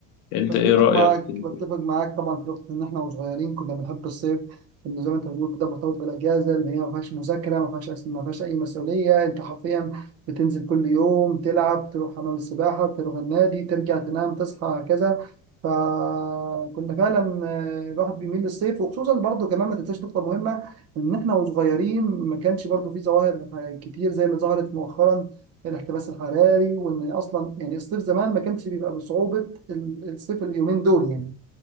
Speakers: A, on the left; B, on the right.
A: انت
B: بتفق
A: ايه رايك
B: معاك
A: انت
B: بتفق معاك طبعا في نقطة إن إحنا وصغيرين كنا بنحب الصيف إنه زي ما أنت بتقول كده مرتبط بالأجازة اللي هي ما فيهاش مذاكرة ما فيهاش أس- ما فيهاش أي مسؤولية أنت حرفيا بتنزل كل يوم تلعب تروح حمام السباحة تروح النادي ترجع تنام تصحى هكذا فكنا فعلا آه، الواحد بيميل للصيف وخصوصا برضه كمان ما تنساش نقطة مهمة إن إحنا وصغيرين ما كانش برضه في ظواهر كتير زي اللي ظهرت مؤخرا الاحتباس الحراري وان اصلا يعني الصيف زمان ما كانش بيبقى بصعوبه ال- الصيف اليومين دول يعني